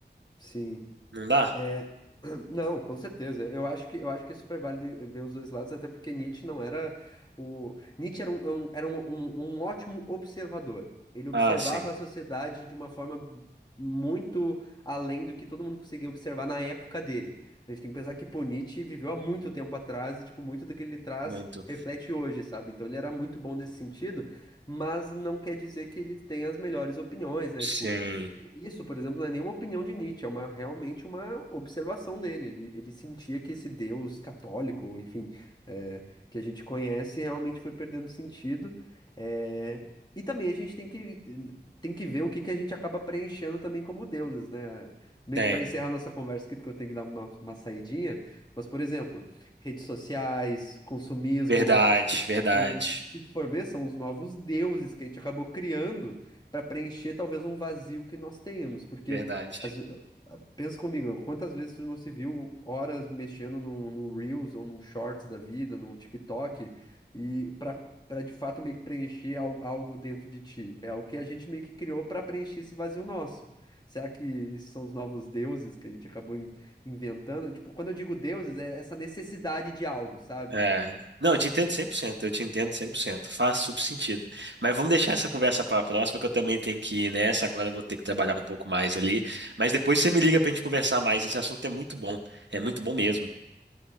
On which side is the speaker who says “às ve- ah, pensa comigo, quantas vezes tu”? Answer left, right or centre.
Left